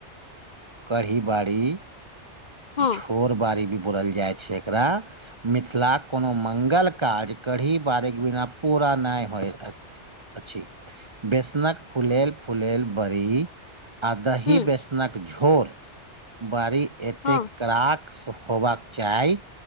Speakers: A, on the right; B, on the left.
A: कढ़ी बारी
B: हँ
A: झोर बारी भी बोलल जाइ छै एकरा मिथिलाक कोनो मंगल कार्य कढ़ी बारी कऽ बिना पूरा नहि होइ अछि। बेसनक फुलेल फुलेल बरी आ दही
B: हूँ
A: बेसनक झोर बरी एतेक
B: हँ
A: कड़ाक होबाक चाय